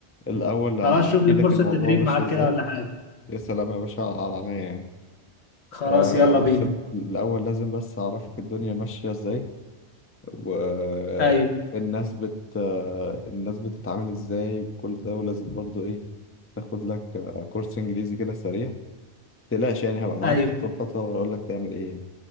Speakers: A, on the left (about 15°); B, on the left (about 70°).
A: الأول هحكي
B: خلاص شوف لي
A: لك
B: فرصه
A: الموضوع
B: تدريب
A: ماشي
B: معاك
A: ازاي
B: كده ولا حاجه
A: يا سلام يا باشا على عينيا يعني
B: خلاص
A: آه
B: يلا
A: بس
B: بينا
A: ال- الأول لازم بس أعرفك الدنيا ماشية ازاي والناس
B: ايوه
A: بت آه، الناس بتتعامل ازاي بكل ده ولازم برضو ايه تاخد لك آه، كورس انجليزي كده سريع متقلقش يعني هبقى معاك
B: ايوه
A: خطوة بخطوة واقول لك تعمل ايه يعني.